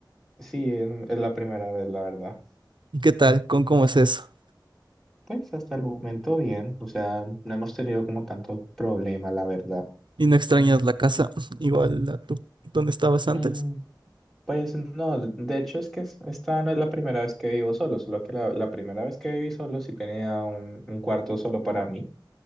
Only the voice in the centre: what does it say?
Sí, em, es la primera vez, la verdad.
Pues hasta el momento bien, o sea, no hemos tenido como tanto problema, la verdad.
Mm, Pues no, de hecho es que es- esta no es la primera vez que vivo solo, solo que la, la primera vez que viví solo sí tenía un, un cuarto solo para mí,